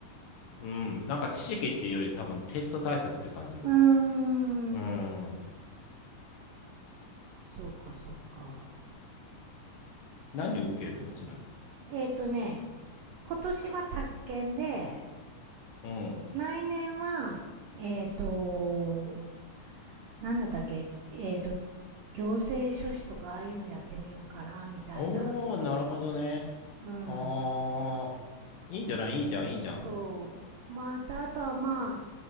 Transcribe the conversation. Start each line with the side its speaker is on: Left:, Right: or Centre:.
Left: うん、なんか知識っていうより多分テスト対策って感じ、僕は。
Right: うーん。
Left: うん。
Right: そうか、そうか。
Left: 何を受けるのちなみに。
Right: えっ、ー、とね、今年は宅建で、
Left: うん。
Right: 来年は、えっ、ー、と、なんだったっけ、えっ、と、行政書士とかああいうのやってみようかな、みたいな。
Left: おー、なるほどね。
Right: うん。
Left: あー、いいんじゃないいいじゃん、いいじゃん。
Right: そう。また、あとはま